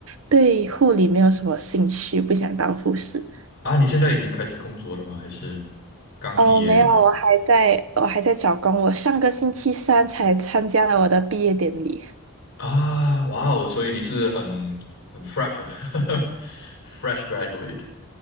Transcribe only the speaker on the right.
对护理没有什么兴趣，不想当护士。
哦，没有，我还在，我还在找工。我上个星期三才参加了我的毕业典礼，